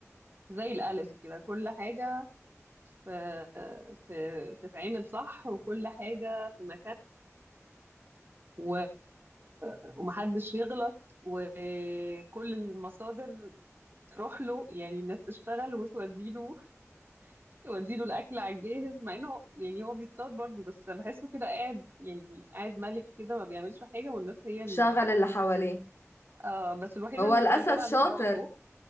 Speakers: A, on the right (about 45°); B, on the left (about 55°).
A: زي الألف كده كل حاجة في آه، في- بتتعمل صح وكل حاجة في مكان و... ومحدش يغلط وكل المصادر تروح له يعني الناس تشتغل وتوديله توديله الأكل على الجاهز مع إنه يعني هو بيصطاد برضه بس بحسه كده قاعد يعني قاعد ملك كده ما بيعملش حاجة والناس هي ال...
B: شغل اللي حواليه
A: آه بس الوحيدة
B: هو
A: اللي
B: الأسد
A: مسيطرة
B: شاطر
A: عليه مراته